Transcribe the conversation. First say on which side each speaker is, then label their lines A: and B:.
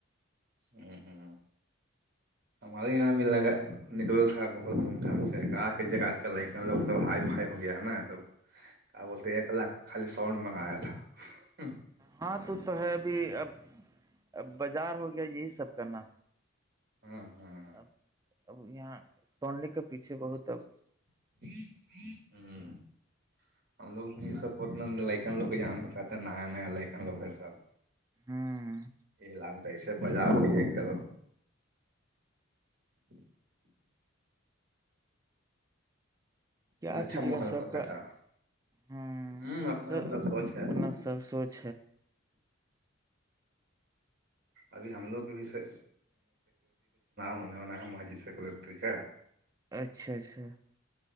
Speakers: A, on the right (about 50°); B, on the right (about 15°).
A: <unintelligible> ہوں ہ <unintelligible> ہمارے یہاں بھی لگا نکل تھا بہت دھوم دھام سے سااا لو سب ہائی فائی- ہو گیا نا یہ سب کیا بولتے ایک لاکھ کے خالی سور نے منگایا تھا-
B: ہاں تو- تو ہے ابھی ابب بازار ہو گیا یہی سب کرنا
A: ہاں- ہاں
B: اب- اب یہاں سڈے کے پیچھے بہت اب-
A: <unintelligible> ہم لوگھ س لکن لوگ جان نیا -نیا لکن لوگ ہے سب
B: ہوں
A: یہ لام تو ایسے مزہ آتی ہے کرو <inaudible>
B: کیا
A: اچھا
B: کیجیے
A: محرم
B: گا سب
A: کرتا
B: کا ہ
A: ہوں اپنا
B: س
A: اپنا سوچ ہے
B: اپنا- سر سوچ
A: ابھی ہم لوگ بھی سے ہونے والا ہے ماجد سے کوئی طریقہ
B: اچھا- اچھا